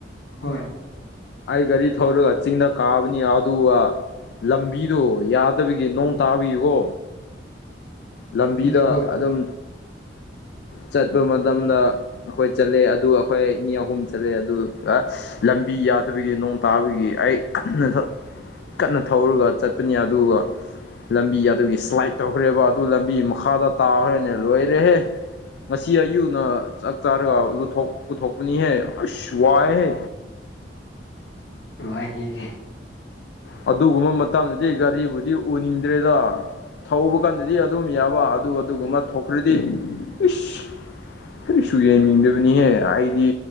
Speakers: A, on the left (about 80°); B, on the left (about 65°).
A: ꯍꯣꯏ
B: ꯑꯩ ꯒꯥꯔꯤ ꯊꯧꯔꯒ ꯆꯤꯡꯗ ꯀꯥꯕꯅꯤ ꯑꯗꯨꯒ ꯂꯝꯕꯤꯗꯣ ꯌꯥꯗꯕꯒꯤ ꯅꯣꯡ ꯇꯥꯕꯤꯌꯨꯀꯣ ꯂꯝꯕꯤꯗ
A: ꯎꯝ ꯍꯣꯏ
B: ꯑꯗꯨꯝ ꯆꯠꯄ ꯃꯇꯝꯗ ꯑꯩꯈꯣꯏ ꯆꯠꯂꯦ ꯑꯗꯨ ꯑꯩꯈꯣꯏ ꯃꯤ ꯑꯍꯨꯝ ꯆꯠꯂꯦ ꯑꯗꯨ ꯂꯝꯕꯤ ꯌꯥꯗꯕꯒꯤ ꯅꯣꯡ ꯇꯥꯕꯒꯤ ꯑꯩ ꯀꯥꯟꯅ ꯊ ꯀꯟꯅ ꯊꯧꯔꯒ ꯆꯠꯄꯅꯤ ꯑꯗꯨꯒ ꯂꯝꯕꯤ ꯑꯗꯨꯒꯤ ꯁ꯭ꯂꯥꯏꯠ ꯇꯧꯈ꯭ꯔꯦꯕ ꯑꯗꯨ ꯂꯝꯕꯤ ꯃꯈꯥꯗ ꯇꯥꯈ꯭ꯔꯅꯦ ꯂꯣꯏꯔꯦꯍꯦ ꯉꯁꯤ ꯑꯌꯨꯛꯅ ꯆꯥꯛ ꯆꯥꯔꯒꯊꯣꯛ ꯄꯨꯊꯣꯛꯄꯅꯤꯍꯦ ꯑꯁ ꯋꯥꯏꯍꯦ
A: ꯋꯥꯏ ꯌꯦꯁꯦ
B: ꯑꯗꯨꯒꯨꯝꯕ ꯃꯇꯗꯗꯤ ꯒꯥꯔꯤꯕꯨꯗꯤ ꯎꯅꯤꯡꯗ꯭ꯔꯦꯗ ꯊꯧꯕ ꯀꯥꯟꯗꯗꯤ ꯑꯗꯨꯝ ꯌꯥꯕ ꯑꯗꯨ ꯑꯗꯨꯒꯨꯝꯕ ꯊꯣꯛꯈ꯭ꯔꯗꯤ ꯏꯁꯁ ꯀꯔꯤꯁꯨ ꯌꯦꯡꯅꯤꯡꯗꯕꯅꯤꯍꯦ ꯑꯩꯗꯤ